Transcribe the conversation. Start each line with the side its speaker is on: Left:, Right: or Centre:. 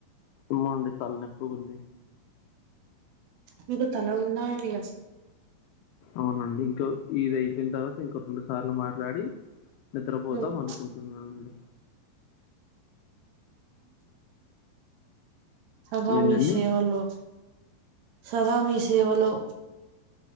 Left: ఏమో అండి తల్లనొప్పిగుంది.
Right: మీకు తల ఉందా అండి అసల్
Left: అవునండి ఇంకో ఇది అయిపోయిన్ తర్వాత ఇంకో రెండు సార్లు మాట్లాడీ నిద్రపోతాం
Right: ఉమ్,
Left: అనుకుంటున్నానండి.
Right: సదా
Left: ఏంటండి
Right: మీ శేవలో. సదా మీ సేవలో.